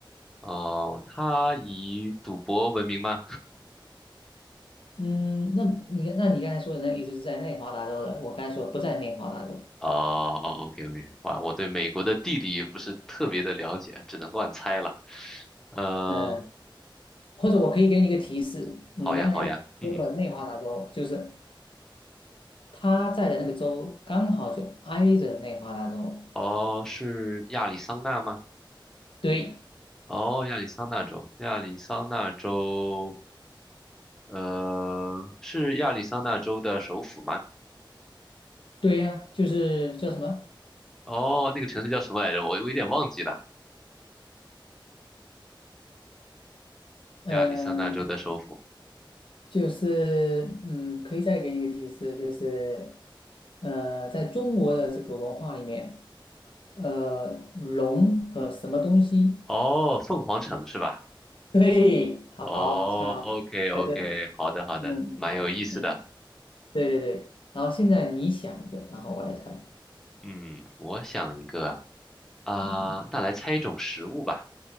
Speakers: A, in the centre; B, on the left.
A: 哦、他以赌博闻名吗？
B: 嗯，那你刚那你刚才说的那个意思是在内华达州的，我刚才说不在内华达州。
A: 哦哦，OK OK，哇，我对美国的地理不是特别的了解，只能乱猜了。呃，
B: 嗯，或者我可以给你一个提示，你刚才说了内华达州，
A: 好呀好呀，嗯，
B: 就是他在的那个州刚好就挨着内华达州。
A: 哦，是亚利桑那吗？
B: 对，
A: 哦，亚利桑那州，亚利桑那州，呃，是亚利桑那州的首府吗？
B: 对呀、就是叫什么？
A: 哦，那个城市叫什么来着？我我有点忘记了。
B: 嗯、
A: 亚利桑那州的首府。
B: 就是嗯，可以再给你一个提示，就是呃，在中国的这个文化里面，呃，龙和什么东西？
A: 哦，凤凰城是吧？
B: 对，好，
A: 哦，OK
B: 猜好，
A: OK，
B: 猜对了。
A: 好的好的，
B: 嗯嗯，
A: 蛮有意思的。
B: 对对对。然后现在你想一个，然后我来猜。
A: 嗯，我想一个啊，啊，
B: 嗯。
A: 那来猜一种食物吧。